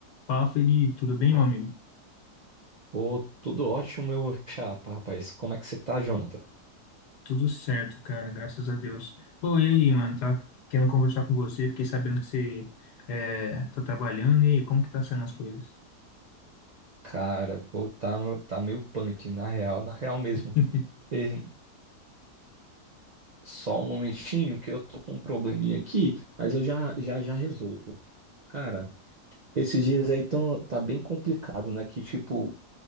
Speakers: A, on the left (about 80°); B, on the right (about 85°).
A: Fala, Felipe, tudo bem,
B: Ah,
A: meu amigo?
B: ô, tudo ótimo, meu chapa, rapaz. Como é que você tá, Jonathan?
A: Tudo certo, cara, graças a Deus. Pô, e aí, mano, tá querendo conversar com você, fiquei sabendo que você é, tá trabalhando, e aí, como que tá sendo as coisas?
B: Cara, pô, tá, no- tá meio punk, na real, na real mesmo.
A: <laughs>
B: E só um momentinho que eu tô com um probleminha aqui, mas eu já já, já resolvo. Cara, esses dias aí tão, tá bem complicado, né? Que tipo,